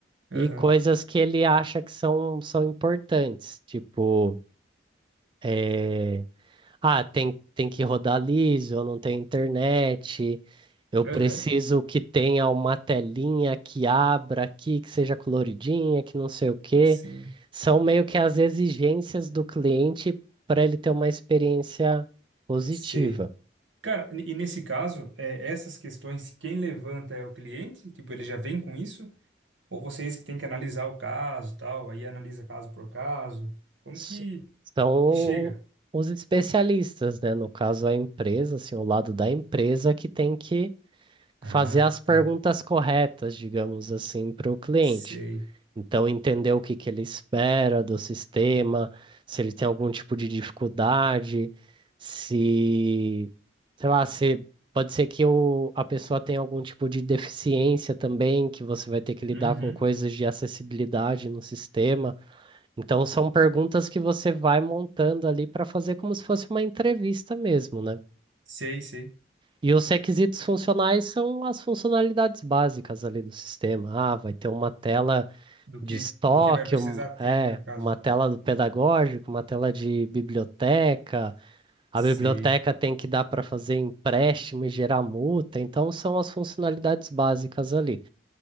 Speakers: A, on the right; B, on the right.
A: Aham,
B: e coisas que ele acha que são, são importantes, tipo. eh, ah, tem, tem que rodar liso, não tem internet, Eu
A: aham,
B: preciso que tenha uma telinha que abra aqui, que seja coloridinha, que não sei o quê.
A: sim,
B: São meio que as exigências do cliente para ele ter uma experiência positiva.
A: sei. Cara, e nesse caso, é, essas questões, quem levanta é o cliente? Tipo, ele já vem com isso? Ou vocês que têm que analisar o caso, tal, aí analisa caso por caso? Como
B: S-
A: que,
B: São o-
A: que chega?
B: os especialistas, né? No caso, a empresa, assim, o lado da empresa que tem que
A: Ah,
B: fazer as perguntas
A: tá,
B: corretas, digamos assim, para o cliente.
A: sei.
B: Então, entender o que que ele espera do sistema, se ele tem algum tipo de dificuldade, se, sei lá, se pode ser que o, a pessoa tenha algum tipo de deficiência também, que você vai ter que lidar
A: Uhum,
B: com coisas de acessibilidade no sistema. Então, são perguntas que você vai montando ali para fazer como se fosse uma entrevista mesmo, né?
A: sei, sei.
B: E os requisitos funcionais são as funcionalidades básicas ali do sistema. Ah, vai ter uma tela
A: Do
B: de
A: que,
B: estoque,
A: do que vai precisar
B: um- é,
A: ter, né, no caso?
B: uma tela do pedagógico, uma tela de biblioteca. A
A: Sei.
B: biblioteca tem que dar para fazer empréstimo e gerar multa. Então, são as funcionalidades básicas ali.